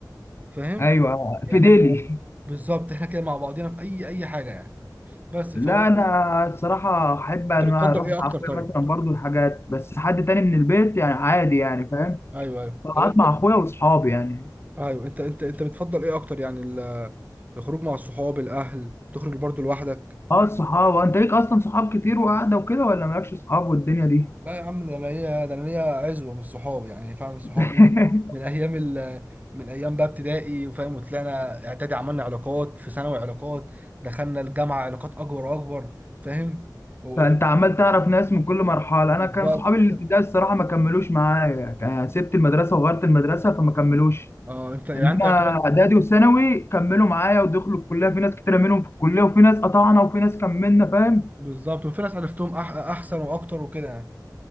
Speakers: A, on the right; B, on the left.
A: فاهم
B: ايوه
A: يعني
B: في ديلي
A: احنا بالظبط احنا كده مع بعضينا في اي اي حاجه يعني بس
B: لا
A: فهو
B: انا
A: انت
B: الصراحه احب ان
A: بتفضل
B: انا اروح
A: ايه
B: مع
A: اكتر
B: اخويا
A: طيب
B: مثلا برضو حاجات بس حد تاني من البيت يعني عادي يعني فاهم
A: ايوه ايوه
B: طلعت
A: طب انت
B: مع اخويا واصحابي يعني
A: ايوه انت انت انت بتفضل ايه اكتر يعني ال- الخروج مع الصحاب الاهل تخرج برضه لوحدك
B: اه الصحاب انت ليك اصلا صحاب كتير وقاعده وكده ولا مالكش صحاب والدنيا دي
A: لا يا عم ده انا ليا ده انا ليا عزوه من الصحاب يعني فاهم الصحاب
B: <laughs>
A: دول من ايام ال... من ايام بقى ابتدائي وفاهم وطلعنا اعدادي عملنا علاقات في ثانوي علاقات دخلنا الجامعه علاقات اكبر واكبر فاهم و...
B: فانت عمال تعرف ناس من كل مرحله
A: بالظبط
B: انا كان صحابي الابتدائي الصراحه ما كملوش معايا كان- سبت المدرسه وغيرت المدرسه فما كملوش
A: اه انت يعني
B: انما
A: انت يعتبر
B: اعدادي وثانوي كملوا معايا ودخلوا الكليه في ناس كتير منهم في الكليه وفي ناس قطعنا وفي ناس كملنا فاهم
A: بالظبط وفي ناس عرفتهم أح... احسن واكتر وكده يعني